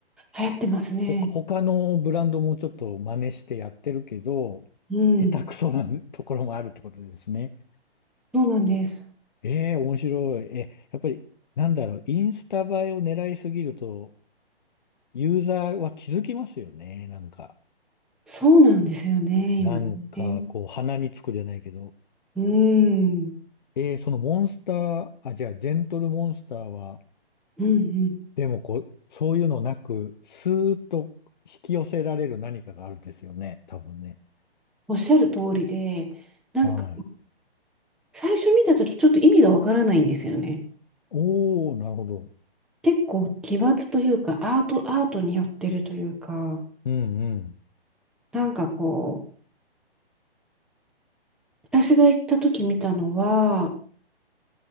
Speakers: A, in the centre; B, on the left (about 45°).
A: 流行ってますね。
B: ほ、他のブランドもちょっと真似してやってるけど、
A: うん。
B: 下手くそなところもあるってことですね。
A: そうなんです。
B: ええ、面白い。え、やっぱり、なんだろう、インスタ映えを狙いすぎると、ユーザーは気づきますよね、なんか。
A: そうなんですよね、
B: なんか、
A: 今ね。
B: こう、鼻につくじゃないけど。
A: うーん。
B: えー、そのモンスター、あ、じゃあ、ジェントルモンスターは、
A: うんうん。
B: でもこう、そういうのなく、スーッと引き寄せられる何かがあるんですよね、多分ね。
A: おっしゃる通りで、なんか、
B: はい。
A: 最初見たときちょっと意味がわからないんですよね。
B: おー、なるほど。
A: 結構奇抜というか、アート、アートに寄ってるというか、
B: うんうん。
A: なんかこう、私が行った時見たのは、